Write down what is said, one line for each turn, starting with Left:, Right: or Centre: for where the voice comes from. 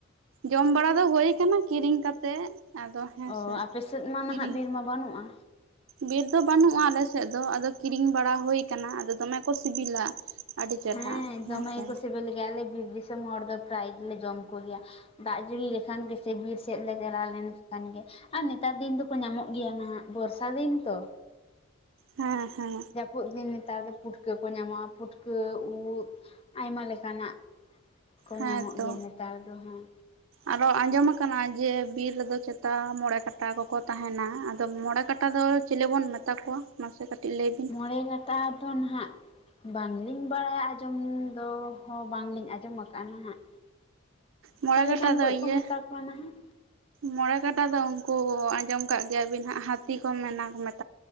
Right: ᱡᱚᱢ ᱵᱟᱲᱟ ᱫᱚ ᱦᱳᱭ ᱟᱠᱟᱱᱟ ᱠᱤᱨᱤᱧ ᱠᱟᱛᱮᱜ᱾ ᱟᱫᱚ ᱦᱮᱸᱥᱮ
Left: ᱚ ᱟᱯᱮ ᱥᱮᱫ ᱢᱟ
Right: ᱠᱤᱨᱤᱧ
Left: ᱱᱟᱜᱷ ᱵᱤᱨ ᱢᱟ ᱵᱟᱹᱱᱩᱜᱼᱟ᱾
Right: ᱵᱤᱨ ᱫᱚ ᱵᱟᱹᱱᱩᱜᱼᱟ ᱟᱞᱮᱥᱮᱫ ᱫᱚ ᱟᱫᱚ ᱠᱤᱨᱤᱧ ᱵᱟᱲᱟ ᱦᱳᱭ ᱠᱟᱱᱟ ᱟᱫᱚ ᱫᱚᱢᱮ ᱠᱚ ᱥᱤᱵᱤᱞᱟ᱾ ᱟᱹᱰᱤ ᱪᱮᱨᱦᱟ
Left: ᱦᱮᱸ ᱫᱚᱢᱮ
Right: ᱦᱮᱸᱥᱮ
Left: ᱜᱮᱠᱚ ᱥᱮᱵᱮᱞ ᱜᱮᱭᱟ ᱟᱞᱮ ᱵᱤᱨ ᱫᱤᱥᱚᱢ ᱦᱚᱲ ᱫᱚ ᱯᱨᱟᱭᱤᱡᱽ ᱜᱮᱞᱮ ᱡᱚᱢ ᱠᱚᱜᱮᱭᱟ᱾ ᱫᱟᱜ ᱡᱟᱹᱲᱤ ᱞᱮᱠᱷᱟᱱ ᱜᱮᱥᱮ ᱵᱤᱨ ᱥᱮᱫ ᱞᱮ ᱪᱟᱞᱟᱣ ᱞᱮᱠᱷᱟᱱ ᱜᱮ᱾ ᱟᱨ ᱱᱮᱛᱟᱨ ᱫᱤᱱ ᱫᱚᱠᱚ ᱧᱟᱢᱚᱜ ᱜᱮᱭᱟ ᱱᱟᱜᱷ ᱵᱚᱨᱥᱟ ᱫᱤᱱ ᱛᱚ᱾
Right: ᱦᱮᱸ ᱦᱮᱸ
Left: ᱡᱟᱹᱯᱩᱫ ᱫᱤᱱ ᱱᱮᱛᱟᱨ ᱫᱚ ᱯᱩᱴᱠᱟᱹ ᱠᱚ ᱧᱟᱢᱚᱜᱼᱟ, ᱯᱩᱴ ᱯᱩᱴᱠᱟᱹ ᱩᱫ ᱟᱭᱢᱟ ᱞᱮᱠᱟᱱᱟᱜ ᱠᱚ
Right: ᱦᱮᱸ
Left: ᱧᱟᱢᱚᱜ
Right: ᱛᱚ
Left: ᱜᱮᱭᱟ ᱱᱮᱛᱟᱨ ᱫᱚ ᱦᱮᱸ
Right: ᱟᱨᱚ ᱟᱸᱡᱚᱢ ᱟᱠᱟᱱᱟ ᱡᱮ ᱵᱤᱨ ᱨᱮᱫᱚ ᱪᱮᱛᱟ ᱢᱚᱬᱮ ᱠᱟᱴᱟ ᱠᱚᱠᱚ ᱛᱟᱸᱦᱮᱱᱟ᱾ ᱟᱫᱚ ᱢᱚᱬᱮ ᱠᱟᱴᱟ ᱠᱟᱴᱟ ᱫᱚ ᱪᱮᱞᱮ ᱵᱚᱱ ᱢᱮᱛᱟ ᱠᱚᱣᱟ? ᱢᱟᱥᱮ ᱠᱟᱹᱴᱤᱡ ᱞᱟᱹᱭ ᱵᱤᱱ
Left: ᱢᱚᱬᱮ ᱠᱟᱴᱟ ᱫᱚ ᱱᱷᱟᱜ᱾ ᱵᱟᱝᱞᱤᱧ ᱵᱟᱲᱟᱭᱟ ᱟᱸᱡᱚᱢ ᱫᱚ ᱦᱚ ᱵᱟᱝᱞᱤᱧ ᱟᱸᱡᱚᱢᱟ ᱟᱠᱟᱫᱼᱟ ᱦᱟᱸᱜ
Right: ᱢᱚᱬᱮ
Left: ᱚᱠᱟᱞᱮᱠᱟᱱ
Right: ᱠᱟᱴᱟ ᱫᱚ
Left: ᱠᱚᱡ ᱠᱚ
Right: ᱤᱭᱟᱹ
Left: ᱢᱮᱛᱟ ᱠᱚᱣᱟ ᱱᱟᱦᱟᱜ
Right: ᱢᱚᱬᱮ ᱠᱟᱴᱟ ᱫᱚ ᱩᱱᱠᱩ ᱟᱸᱡᱚᱢ ᱠᱟᱜ ᱜᱮᱭᱟᱵᱤᱱ ᱦᱟᱸᱜ ᱦᱟᱹᱛᱤ ᱠᱚ ᱢᱮᱱᱟ ᱢᱮᱛ